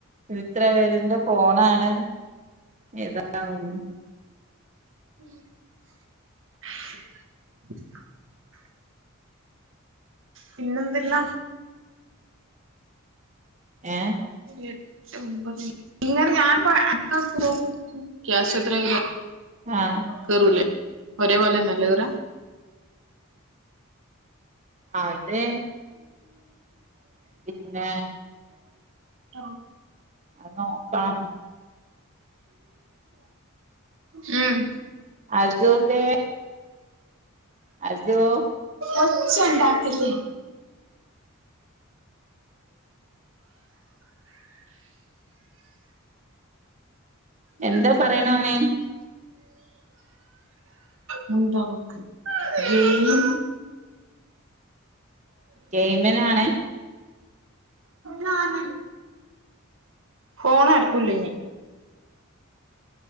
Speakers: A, on the right; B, on the right.
A: ഇത്ര വെലൻ്റെ ഫോണാണ്. ഏതാ <unintelligible>
B: ഉ <inaudible> പിന്നെന്തെല്ലാ?
A: ഏ
B: എട്ട്, ഒമ്പത് <unintelligible> ഇങ്ങനെ ഞാനിപ്പൊ <unintelligible> ക്യാശ് എത്രേ വെരാ?
A: ആഹ്
B: കേറൂല്ലേ. ഒരേ പോലന്നെല്ല കേറാ?
A: അതെ പിന്നേ
B: ട്ടോ
A: നോക്കാം
B: ഉം
A: അദൂതേ അജോ
B: ഒച്ചണ്ടാക്കല്ലേ. <inaudible> ഊൻ്റെ
A: എന്താ
B: റബ്ബേ
A: പറയണോന്
B: മുണ്ടാനിക്ക് <unintelligible> ഏ യ്യോ
A: ഗെയിമിനാണ്
B: നാന ഫോണ് എടുക്കൂല്ല ഇനി